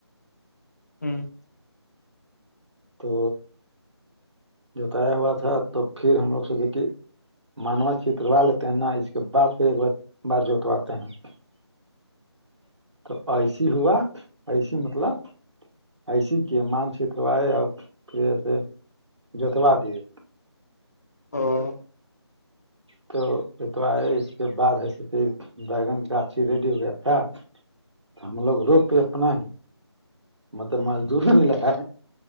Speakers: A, on the left; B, on the right.
A: ہوں <inaudible> <unintelligible>
B: تو جوتایا ہوا تھا تو پھر ہم لوگ سوچے کہ مانوس چتروا لیتے ہیں نا اس کے بعد پھر ایک بار بار جوتواتے ہیں ج <inaudible> <unintelligible> تو ایسیے ہوا ایسیے مطلب ایسیے ہی کی مان چتروائے اور پھرسے جوتوا دیے
A: او <inaudible> <unintelligible>
B: تو اتوا ہے اس کے بعد ہےس پھر بگن گاچ ہی ریڈی ہوئے تھا آپ <unintelligible> ہم لوگ رو پے اپنا ہی ملب مزدور نہیں لگا